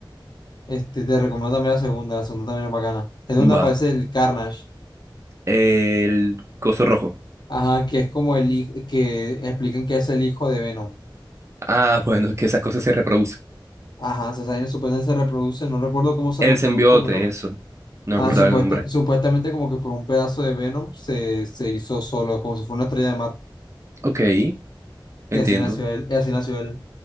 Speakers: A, on the left; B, on the right.
A: este, te recomiendo también la segunda. La segunda también es bacana. Es donde
B: Va.
A: aparece el Carnage.
B: El coso rojo.
A: Ajá, que es como el hijo, que explican que es el hijo de Venom.
B: Ah, bueno, es que esas cosas se reproducen.
A: Ajá, se salen, supuestamente se reproduce. No recuerdo cómo se
B: El
A: reprodujo,
B: simbionte,
A: pero.
B: eso. No
A: Ah,
B: me acordaba
A: supuesta,
B: el nombre.
A: supuestamente como que por un pedazo de Venom se, se hizo solo, como si fuera una estrella de mar.
B: Ok, entiendo.
A: Y así nació él. Y así nació él.